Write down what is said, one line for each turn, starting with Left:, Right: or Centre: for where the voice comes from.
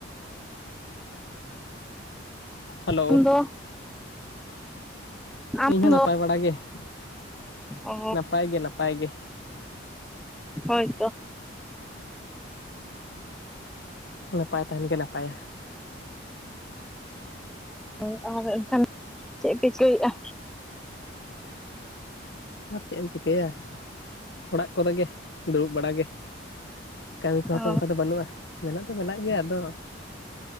Left: <inaudible> hello.
Centre: ᱟᱢ ᱫᱚ ᱟᱢ
Left: ᱤᱧ ᱦᱚᱸ
Centre: ᱫᱚ
Left: ᱱᱟᱯᱟᱭ ᱵᱟᱲᱟ ᱜᱮ ᱾
Centre: ᱚ
Left: <inaudible> ᱱᱟᱯᱟᱭ ᱜᱮ ᱱᱟᱯᱟᱭ ᱜᱮ ᱾
Centre: ᱦᱳᱭ ᱛᱚ,
Left: ᱱᱟᱯᱟᱭ ᱛᱟᱦᱮᱱ ᱜᱮ ᱱᱟᱯᱟᱭᱟ ᱾
Centre: ᱦᱳᱭ ᱟᱨ ᱮᱱᱠᱷᱟᱱ ᱪᱮᱫ ᱯᱮ ᱪᱤᱠᱟᱹᱭᱮᱜᱼᱟ?
Left: ᱟᱨ ᱪᱮᱫ ᱮᱢ ᱪᱤᱠᱟᱹᱭᱟ, ᱚᱲᱟᱜ ᱠᱚᱨᱮ ᱜᱮ ᱫᱩᱲᱩᱵ ᱵᱟᱲᱟ ᱜᱮ ᱾ ᱠᱟᱹᱢᱤ ᱠᱚᱦᱚ
Centre: ᱚ
Left: ᱛᱚ ᱚᱱᱠᱟ ᱫᱚ ᱵᱟᱹᱱᱩᱜᱼᱟ, ᱢᱮᱱᱟᱜ ᱫᱚ ᱢᱮᱱᱟᱜ ᱜᱮᱭᱟ ᱟᱫᱚ᱾